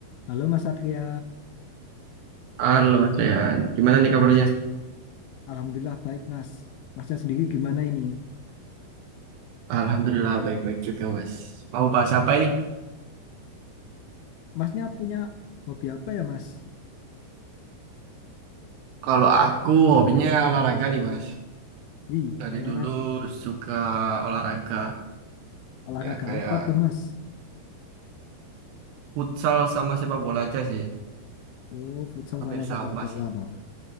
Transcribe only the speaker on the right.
Halo, Trehan. Gimana nih kabarnya?
Alhamdulillah, baik-baik juga, Mas. Mau bahas apa ini?
Kalau aku hobinya olahraga nih, Mas.
Dari
dulu suka olahraga.
Ya, kayak
futsal sama sepak bola aja sih.
Hampir
sama
sih.